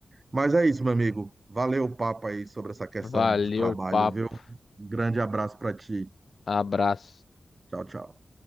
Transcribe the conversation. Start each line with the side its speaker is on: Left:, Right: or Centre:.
Right: Mas é isso, meu amigo. Valeu o papo aí sobre essa questão
Left: Valeu,
Right: de trabalho,
Left: papo.
Right: viu? Grande abraço pra ti.
Left: Abraço.
Right: Tchau, tchau.